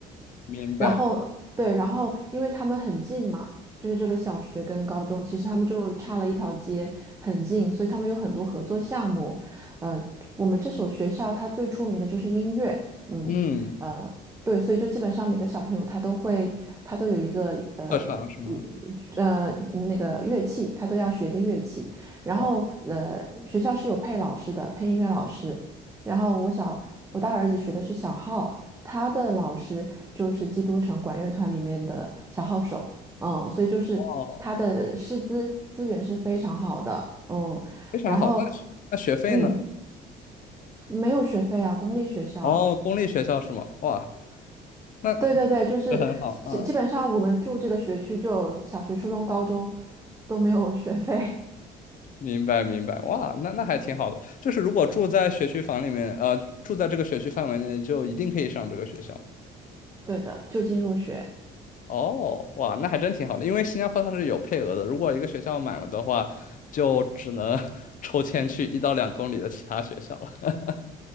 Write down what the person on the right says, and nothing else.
然后对，然后因为他们很近嘛，就是这个小学跟高中，其实他们就差了一条街，很近，所以他们有很多合作项目。呃，我们这所学校它最出名的就是音乐，嗯，
呃，对，所以就基本上每个小朋友他都会，他都有一个呃。
一呃，那个乐器，他都要学一个乐器，然后呃，
学校是有配老师的，配音乐老师。然后我小我大儿子学的是小号，他的老师就是基督城管乐团里面的小号手，嗯，所以就是他的师资资源是非常好的，
嗯，
然后，
嗯，没有学费啊，公立学校，
对对对，就是基基本上我们住这个学区就小学、
初中、高中都没有学费，
<laughs> 对的，就近入学。